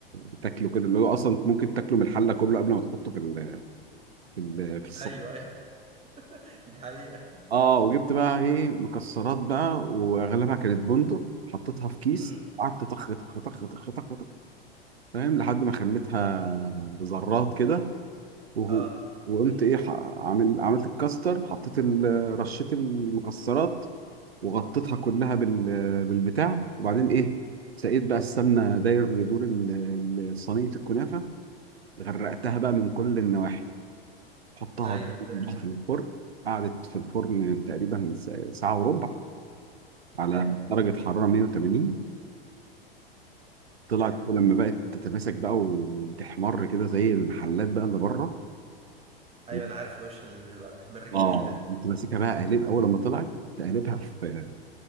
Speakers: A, on the right; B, on the right.
A: بتاكله كده اللي هو اصلا ممكن تاكله من الحله كله قبل ما تحطه في ال... في ال... في الصينية.
B: ايوه ايوه <laughs> دي حقيقه
A: اه وجبت بقى ايه مكسرات بقى واغلبها كانت بندق حطيتها في كيس
B: امم
A: قعدت طخ طخ طخ طخ طخ طخ فاهم لحد ما خليتها ذرات كده وهو
B: اه
A: وقمت ايه ح- عامل عملت الكاستر حطيت ال- رشيت المكسرات وغطيتها كلها بال- بالبتاع وبعدين ايه سقيت بقى السمنه داير ما يدور ال- ال- صينيه الكنافه غرقتها بقى من كل النواحي حطها
B: ايوه فاهم
A: في الفرن قعدت في الفرن تقريبا ساعه وربع على
B: حلو
A: درجة حرارة 180 طلعت
B: حلو
A: لما بقت تتماسك بقى وتحمر كده زي المحلات بقى اللي بره
B: ايوه
A: وت-
B: انا عارف الوش اللي بيبقى محمر الجميل
A: اه
B: ده
A: كنت ماسكها بقى قالب اول لما طلعت كنت قالبها في